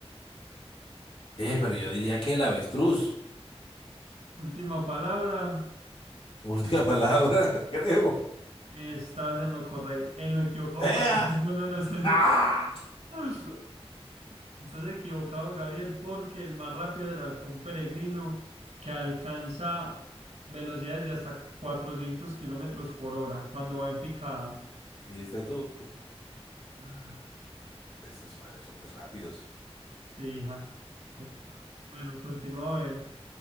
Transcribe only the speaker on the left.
pero yo diría que el avestruz.
Última palabra, <laughs> creo.
¡Ea!
¡Ah!
¿Viste tú?
Pues Esos mares son muy rápidos.